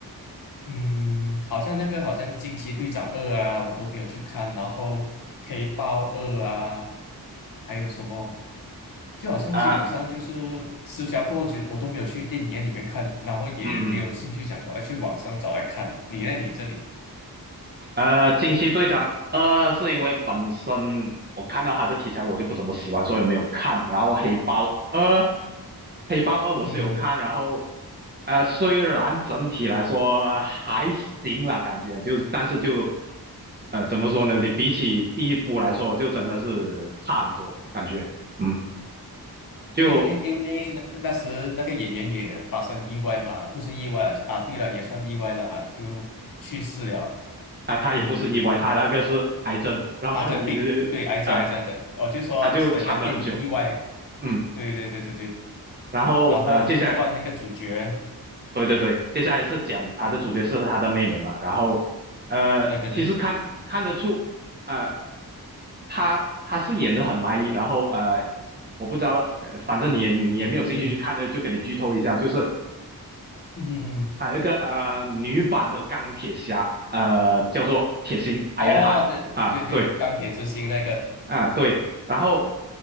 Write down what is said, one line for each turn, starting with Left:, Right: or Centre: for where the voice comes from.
Left: 嗯，好像那个好像惊奇队长二啊，我都没有去看，然后黑豹二啊，还有什么，就好像基本上就是
Right: 啊？
Left: 私下过后就我都没有去电影院里面看，然后也没有兴趣想说要去网上找来看了。
Right: 嗯嗯嗯
Left: 你呢？你这里？
Right: 呃，惊奇队长二是因为本身我看到他的题材我就不怎么喜欢，所以我没有看。然后黑豹二，黑豹二我是有看，
Left: 嗯哼
Right: 然后呃，虽然整体来说还行啦，感觉就是，但是就呃怎么说呢？你比起第一部来说，就真的是差很多，感觉嗯，就
Left: 因为因为那那时那个演员也发生意外嘛，不是意外就啊，对了，也算意外了，就去世了。
Right: 啊、他也不是意外，
Left: 嗯，
Right: 他那个是癌症，然后他一
Left: 啊，对，病，对，癌症，
Right: 啊、
Left: 癌症的，我就说整个电影意外，
Right: 他就藏了很久，嗯。
Left: 对对对对对，
Right: 然后呃，
Left: 然后就换那个主角，
Right: 接下来对对对，接下来是讲他的主角是他的妹妹嘛，然后呃，
Left: 对对对对，
Right: 其实看看得出，呃，他他是演的很卖力，然后呃，我不知道，呃反正你也你也没有兴趣去看的，
Left: 嗯哼
Right: 就给你剧透一下，就是
Left: 嗯哼，
Right: 他有一个呃女版的钢铁侠，呃，叫做铁心 Ironheart
Left: 哦，对对对，
Right: 啊，对，
Left: 钢铁之心那个，
Right: 啊，对，然后